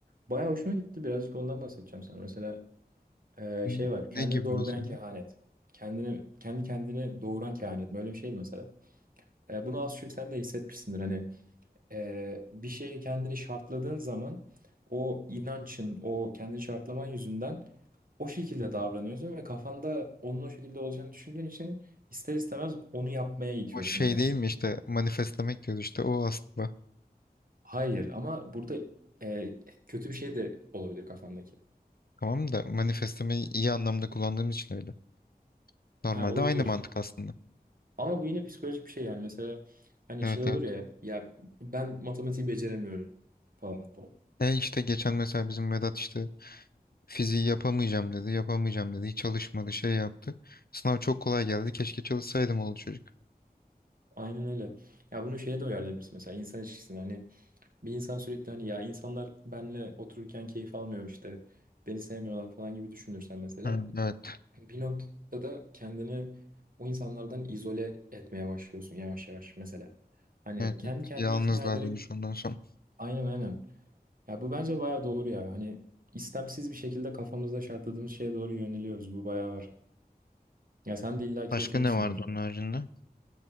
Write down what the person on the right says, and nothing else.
Bayağı hoşuma gitti. Birazcık ondan bahsedeceğim sana. Mesela e,
şey var. Kendini
doğrulayan
kehanet. Kendini, kendi kendini doğuran kehanet mi? Öyle bir şeydi mesela. E, bunu az çok sen de hissetmişsindir. Hani e, bir şeye kendini şartladığın zaman o inancın, o kendini şartlaman yüzünden o şekilde davranıyorsun ve kafanda onun o şekilde olacağını düşündüğün için ister istemez onu yapmaya itiyorsun
kendini.
Hayır ama burada e, kötü bir şey de olabilir kafandaki.
Ha olabilir.
Ama bu yine psikolojik bir şey yani. Mesela hani
şey olur
ya ya ben matematiği beceremiyorum falan.
Aynen öyle. Ya bunu şeye de uyarlayabilirsin mesela insan ilişkisine hani Bir insan sürekli hani ya insanlar benle otururken keyif almıyor işte beni sevmiyorlar falan gibi düşünürsen mesela
bir noktada kendini o insanlardan izole etmeye başlıyorsun yavaş yavaş mesela. Hani
kendi
kendini
ikna ederek
aynen aynen. Ya bu bence bayağı doğru ya. Hani istemsiz bir şekilde kafamızda şartladığımız şeye doğru yöneliyoruz. Bu bayağı var. Ya sen de illaki
yaşamışsındır.